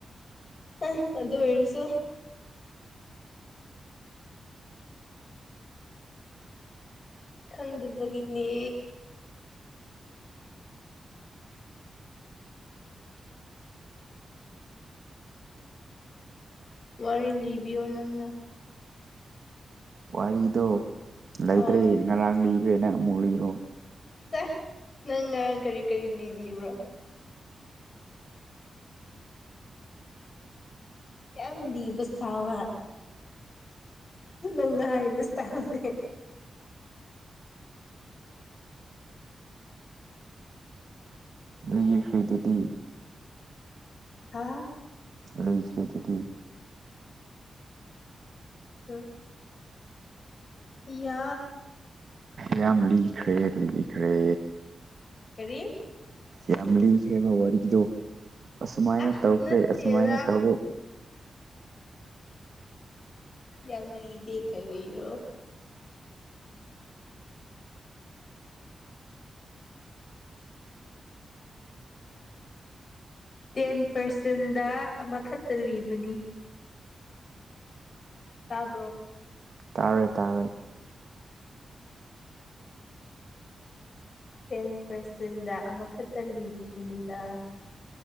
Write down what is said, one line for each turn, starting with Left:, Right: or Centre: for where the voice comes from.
Left: ꯑ ꯑꯗꯨ ꯑꯣꯏꯔꯁꯨ ꯈꯪꯗꯕꯒꯤꯅꯤ ꯋꯥꯔꯤ ꯂꯤꯕꯤꯌꯣ ꯅꯪꯅ
Right: ꯋꯥꯔꯤꯗꯣ ꯂꯩꯇ꯭ꯔꯦ
Left: ꯍꯣꯏ
Right: ꯉꯔꯥꯡ ꯂꯤꯈ꯭ꯔꯦ ꯅꯪ ꯑꯃꯨꯛ ꯂꯤꯔꯣ
Left: <unintelligible> ꯅꯪ ꯉꯔꯥꯡ ꯀꯔꯤ ꯀꯔꯤ ꯂꯤꯕꯤꯕ꯭ꯔꯣ ꯌꯥꯝ ꯂꯤꯕ ꯁꯥꯕ ꯅꯪꯅ ꯍꯥꯏꯔꯤꯕ ꯏꯁꯇꯥꯥꯜꯁꯦ
Right: ꯂꯩ ꯐꯨꯏꯗꯨꯗꯤ
Left: ꯍꯥꯥ
Right: ꯂꯩꯁꯨ ꯑꯗꯨꯗꯤ
Left: <unintelligible> ꯏꯌꯥ
Right: ꯌꯥꯝ ꯂꯤꯈ꯭ꯔꯦ ꯂꯤꯈ꯭ꯔꯦ
Left: ꯀꯔꯤ
Right: ꯌꯥꯝ ꯂꯤꯈ꯭ꯔꯦꯕ ꯋꯥꯔꯤꯗꯣ ꯑꯁꯨꯃꯥꯏꯅ
Left: ꯑ
Right: ꯇꯧꯈ꯭ꯔꯦ
Left: ꯅꯠꯇꯦꯗ
Right: ꯑꯁꯨꯃꯥꯏꯅ ꯇꯧꯋꯤ
Left: ꯌꯥꯝ ꯂꯤꯗꯦ ꯀꯔꯤꯔꯣ ꯇꯦꯟ ꯄꯥꯔꯁꯦꯟꯗ ꯑꯃꯈꯛꯇ ꯂꯤꯕꯅꯤ ꯇꯥꯕ꯭ꯔꯣ
Right: ꯇꯥꯔꯦ ꯇꯥꯔꯦ
Left: ꯇꯦꯟ ꯄꯥꯔꯁꯦꯟꯗ ꯑꯃꯈꯛꯇ ꯂꯤꯕꯤꯕꯅꯤꯗꯥ